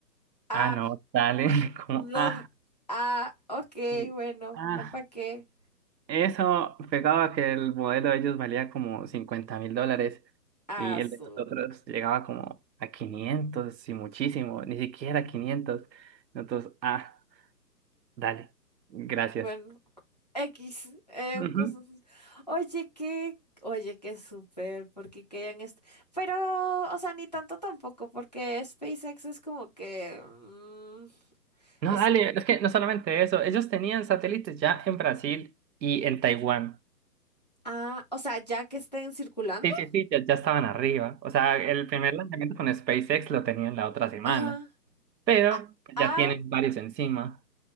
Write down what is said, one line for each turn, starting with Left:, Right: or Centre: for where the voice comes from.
Left: Ah,
Right: Ah, no, dale, <laughs> como,
Left: no.
Right: ah,
Left: Ah, ok,
Right: sí,
Left: bueno,
Right: ah,
Left: ya para qué.
Right: eso pegaba que el modelo de ellos valía como cincuenta mil dólares
Left: Ah,
Right: y el
Left: su.
Right: de nosotros llegaba como a 500 y muchísimo, ni siquiera 500. Entonces, ah, dale, gracias.
Left: Bueno, X. eh,
Right: Ujú.
Left: un cos- Oye, qué. Oye, qué súper, porque que hayan est- Pero, o sea, ni tanto tampoco, porque SpaceX es como que. mm,
Right: No,
Left: es.
Right: dale, es que no solamente eso, ellos tenían satélites ya en Brasil y en Taiwán.
Left: Ah, o sea, ya que estén circulando.
Right: Sí, sí, sí, ya, ya estaban arriba. O sea, el primer lanzamiento con SpaceX lo tenían la otra
Left: <gasps>
Right: semana.
Left: Ajá.
Right: pero
Left: Ah,
Right: pues,
Left: ah,
Right: ya tienen varios encima.